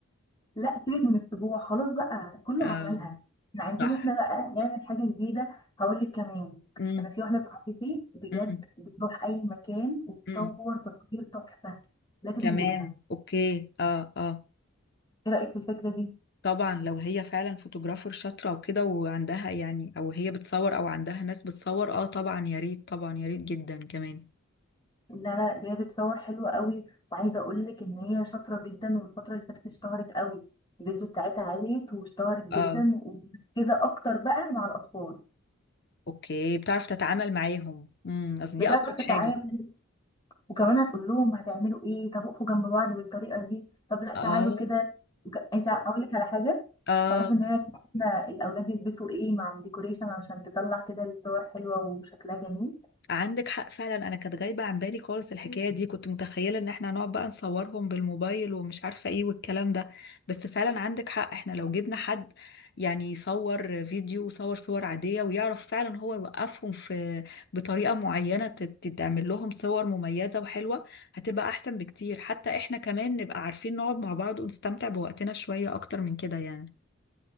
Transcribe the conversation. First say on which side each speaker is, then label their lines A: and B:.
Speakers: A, on the left (about 20°); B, on the left (about 50°).
A: لا سيبك من السبوع خلاص بقى كله
B: آه
A: عملها احنا عايزين
B: صح
A: احنا بقى نعمل حاجة جديدة هقول لك كمان
B: امم
A: انا في واحدة صاحبتي بجد
B: امم
A: بتروح اي مكان وتصور
B: امم
A: تصوير تحفة لازم
B: كمان
A: نجيبها
B: أوكي آه آه
A: ايه رأيك في الفكرة دي
B: طبعا لو هي فعلا فوتوغرافر شاطرة وكده وعندها يعني او هي بتصور او عندها ناس بتصور اه طبعا يا ريت طبعا يا ريت جدا كمان
A: لا لا دي بتصور حلوة قوي وعايزة اقول لك ان هي شاطرة جدا والفترة اللي فاتت اشتهرت قوي الفيديو بتاعتها عالية واشتهرت جدا
B: اه
A: وكده اكتر بقى مع الاطفال
B: اوكي بتعرف تتعامل معاهم امم اصل دي
A: بتعرف
B: اصعب
A: تتعامل
B: حاجة
A: وكمان هتقول لهم هتعملوا ايه طب اقفوا جنب بعض بالطريقه دي طب لا
B: اه
A: تعالوا كده وك- انت اقول لك على حاجه
B: اه
A: تعرفوا ان هي بتاعتنا الاولاد يلبسوا ايه مع الديكوريشن عشان تطلع كده الصور حلوه وشكلها جميل
B: عندك حق فعلا انا كانت غايبه عن بالي خالص الحكايه مم. دي كنت متخيله ان احنا هنقعد بقى نصورهم بالموبايل ومش عارفه ايه والكلام ده بس فعلا عندك حق احنا لو جبنا حد يعني يصور فيديو وصور صور عاديه ويعرف فعلا هو يوقفهم في بطريقه معينه تت- تتعمل لهم صور مميزه وحلوه هتبقى احسن بكتير حتى احنا كمان نبقى عارفين نقعد مع بعض ونستمتع بوقتنا شويه اكتر من كده يعني